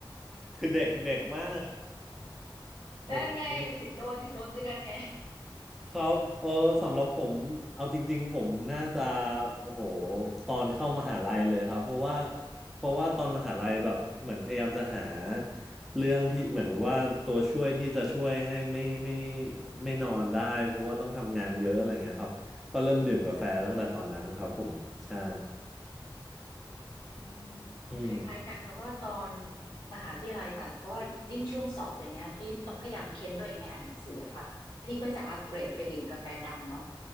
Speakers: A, in the centre; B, on the left.
A: <laughs> คือเด็กเด็กมากโอเค
B: ไั้ไงถึงโดนถึงโดนเตือนไง
A: ครับเออสำหรับผมเอาจริงๆผมน่าจะโอ้โหตอนเข้ามหาลัยเลยครับเพราะว่าเพราะว่าตอนมหาลัยแบบเหมือนพยายามจะหาเรื่องที่เหมือนแบบว่าตัวช่วยที่จะช่วยให้ไม่ไม่ไม่นอนได้เพราะว่าต้องทำงานเยอะอะไรเงี้ยครับก็เริ่มดื่มกาแฟตั้งแต่ตอนนั้นครับผมใช่
B: อืม
A: อืม
B: คล้ายๆกันค่ะเพราะว่าตอนมหาวิทยาลัยค่ะเพราะว่ายิ่งช่วงสอบอะไรเงี้ยที่ต้องพยายามเค้นตัวเองให้อ่านหนังสืออะค่ะพี่ก็จะอัปเกรดไปดื่มกาแฟดำเนาะ